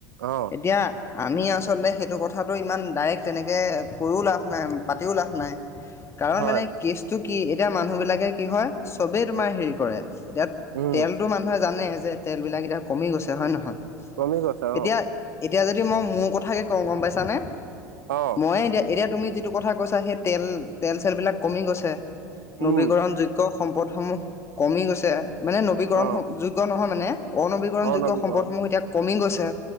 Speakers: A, on the right; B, on the left.
A: অ
B: এতিয়া আমি আচলতে সেইটো কথাটো ইমান ডাইৰেক্ট তেনেকে কৈও লাভ নাই পাতিও লাভ নাই কাৰণ
A: হয়
B: মানে কেচটো কি এতিয়া মানুহ বিলাকে কি হয় চবেই তোমাৰ হেৰি কৰে এতিয়া
A: উম
B: তেলতো মানুহে জানে যে তেল বিলাক এতিয়া কমি গৈছে হয় নহয়
A: কমি গৈছে অ
B: এতিয়া এতিয়া যদি মই মোৰ কথাকে কওঁ গম পাইছানে
A: অ
B: মই এতিয়া এতিয়া তুমি যিটো কথা কৈছা সেই তেল তেল চেলবিলাক কমি গৈছে নবীকৰণ
A: উম
B: যোগ যোগ্য সম্পদসমূহ কমি গৈছে মানে নবীকৰণ
A: অ
B: যোগ্য নহয় মানে অনবীকৰণযোগ্য
A: অনবীকৰণ
B: সম্পদসমূহ এতিয়া কমি গৈছে